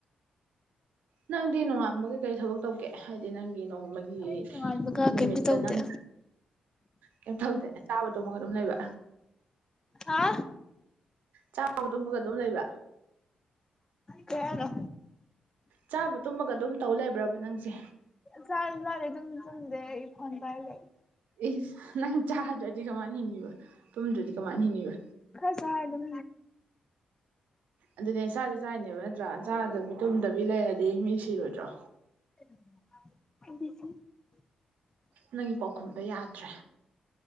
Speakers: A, on the right; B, on the left.
A: ꯅꯪꯗꯤ ꯅꯨꯡꯉꯥꯟꯕꯒ ꯀꯩ ꯊꯕꯛ ꯇꯧꯒꯦ ꯍꯥꯏꯗꯤ ꯅꯪꯒꯤ ꯅꯣꯡꯃꯒꯤ
B: ꯑꯩ ꯅꯣꯡꯉꯥꯟꯕꯒ
A: ꯅꯨꯃꯤꯠꯇ
B: ꯀꯩꯝꯇ ꯇꯧꯗꯦ
A: ꯅꯪ ꯀꯩꯝ ꯇꯧꯗꯦ ꯆꯥꯕ ꯇꯨꯝꯃꯒ ꯑꯗꯨꯝ ꯂꯩꯕ
B: ꯍꯥ
A: ꯆꯥꯕꯒ ꯇꯨꯝꯃꯒ ꯑꯗꯨꯝ ꯂꯩꯕ꯭
B: ꯀꯩ ꯍꯥꯏꯅꯣ
A: ꯆꯥꯕ ꯇꯨꯝꯃꯒ ꯑꯥꯗꯨꯝ ꯇꯧ ꯂꯩꯕ꯭ꯔꯕ ꯅꯪꯁꯦ
B: ꯆꯥꯖꯨ ꯆꯥꯗꯦ ꯇꯨꯝꯖꯨ ꯇꯨꯝꯗꯦ ꯑꯩ ꯐꯣꯟ ꯄꯥꯏꯔ ꯂꯩ
A: ꯏꯁ ꯅꯪ ꯆꯥꯔ ꯀꯃꯥꯏꯅ ꯍꯤꯡꯉꯤꯕ ꯇꯨꯝꯗ꯭ꯔꯗꯤ ꯀꯃꯥꯏꯅ ꯍꯤꯡꯉꯤꯕ
B: ꯈꯔ ꯆꯥꯔ ꯑꯗꯨꯝ
A: ꯑꯗꯨꯅꯦ ꯆꯥꯖꯨ ꯆꯥꯏꯅꯦꯕ ꯅꯠꯇ꯭ꯔꯥ ꯆꯥꯗꯕꯤ ꯇꯨꯝꯗꯕꯤ ꯂꯩꯔꯗꯤ ꯃꯤ ꯁꯤꯔꯣꯏꯗ꯭ꯔꯣ
B: <inaudible>
A: ꯅꯪꯒꯤ ꯄꯥꯎꯈꯨꯝꯗꯣ ꯌꯥꯗ꯭ꯔꯦ